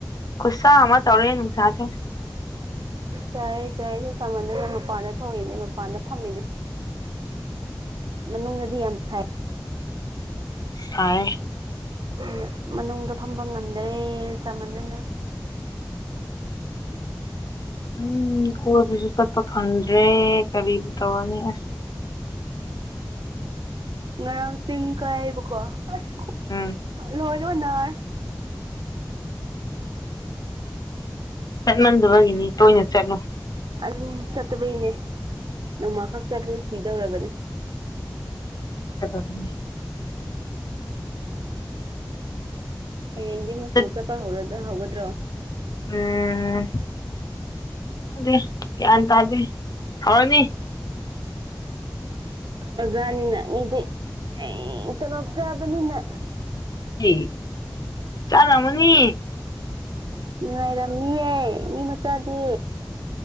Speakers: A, on the left (about 55°); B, on the right (about 80°).
A: ꯨꯁꯥ ꯑꯃ ꯑꯃ ꯇꯧꯔ ꯅꯨꯛꯁꯥꯁ
B: ꯆ ꯆ ꯑꯩꯁꯨ ꯆꯃꯅꯅ ꯃꯄꯥꯟꯗ ꯊꯣꯡꯉꯅꯦ ꯃꯄꯥꯟꯗ ꯐꯝꯃꯤꯅꯦ ꯃꯅꯨꯡꯗꯗꯤ ꯌꯥꯝ ꯁꯥꯏ
A: ꯁꯥꯏ
B: ꯑꯗꯨꯅ ꯃꯅꯨꯡꯗ ꯐꯝꯕ ꯉꯝꯗ꯭ꯔꯦ ꯆꯃꯅꯅ
A: ꯎꯝ ꯀꯣꯏꯕꯁꯨ ꯆꯠꯄ ꯐꯪꯗ꯭ꯔꯦ ꯀꯔꯤꯕꯨ ꯇꯧꯔꯅꯤ ꯑꯁ
B: ꯉꯔꯥꯡ ꯆꯤꯡ ꯀꯥꯏꯕꯀꯣ ꯑꯁ
A: ꯎꯝ
B: ꯍꯜꯂꯣ ꯅꯔ
A: ꯆꯠꯃꯟꯗꯕꯒꯤꯅꯤ ꯇꯣꯏꯅ ꯆꯠꯂꯨ
B: ꯑꯗꯨꯅꯤ ꯆꯠꯇꯕꯩꯅꯦ ꯅꯣꯡꯃꯈꯛ ꯆꯄꯗ ꯁꯤꯗꯧꯔꯕꯅꯦ
A: ꯇꯃꯤ
B: ꯍꯌꯦꯡꯗꯤ ꯃꯨꯁꯨ
A: ꯆꯠ
B: ꯆꯠꯄ ꯍꯧ ꯍꯧꯒꯗ꯭ꯔꯣ
A: ꯎꯝ ꯗ ꯌꯥꯟ ꯇꯥꯗꯦ ꯍꯋꯥꯅꯤ
B: ꯑꯣꯖꯥꯅꯤꯅ ꯃꯤꯗꯤ ꯑꯩ ꯇꯂꯣꯞ ꯆꯕꯅꯤꯅ
A: ꯁ ꯆꯔꯃꯅꯤ
B: ꯉꯅꯨꯡꯉꯥꯏꯔꯝꯃꯤꯌꯦ ꯃꯤ ꯃꯆꯥꯗꯤ